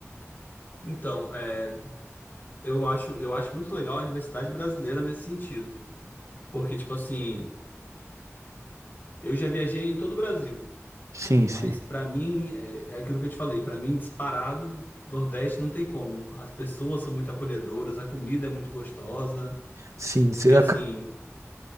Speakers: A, on the left (about 40°); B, on the right (about 80°).
A: Então, é, eu acho, eu acho muito legal a diversidade brasileira nesse sentido, pô. Porque, tipo assim, eu já viajei em todo o Brasil,
B: Sim,
A: mas
B: sim.
A: pra mim, é, é aquilo que eu te falei, pra mim, disparado, Nordeste não tem como. As pessoas são muito acolhedoras, a comida é muito gostosa,
B: Sim, sim.
A: e assim,